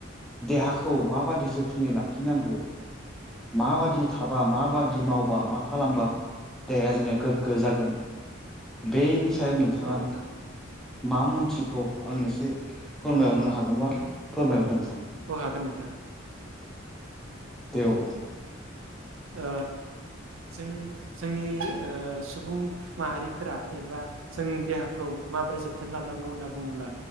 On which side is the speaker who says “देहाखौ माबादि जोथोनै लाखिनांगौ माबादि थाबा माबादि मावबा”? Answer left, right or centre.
Centre